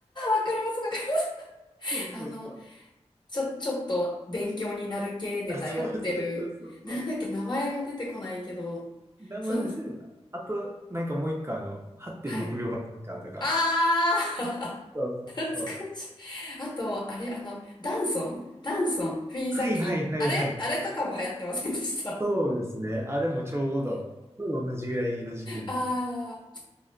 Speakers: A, on the left; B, on the right.
A: わかります、わかり
B: そうそうそう。
A: ます。あの、ちょ、ちょっと勉強になる系ネタやってる。
B: あ、そうそうそうそうそう。
A: なんだっけ、名前が出てこないけど。
B: 名前忘れた。
A: そうなんです。
B: あと、なんかもう一個、あの、8.6秒バズーカーとか。
A: はい。あー
B: そうそうそう。
A: <laughs> 懐かしい。あと、あれ、あの、ダンソンダンソン、フィーザキ。
B: はいはいはいはい。
A: あれあれとかも流行ってませんでした。
B: そうですね。あれもちょうど、ちょうど同じぐらいの時期に。
A: あ